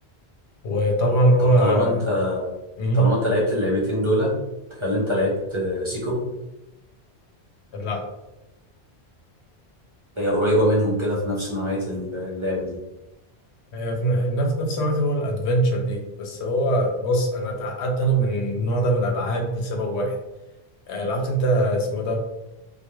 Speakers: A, on the left; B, on the right.
A: وطبعا اللي هو
B: طب
A: آه،
B: طالما انت
A: مم،
B: طالما انت لعبت اللعبتين دول تخيل انت لعبت آه، سيكرو
A: لا
B: هي قريبه منهم كده في نفس نوعيه اللعب دي
A: هي في نفس نفس نوعية اللي هو الادفنتشر دي بس هو بص انا اتعقدت انا من النوع ده من الالعاب لسبب واحد آه، لعبت انت اسمه ده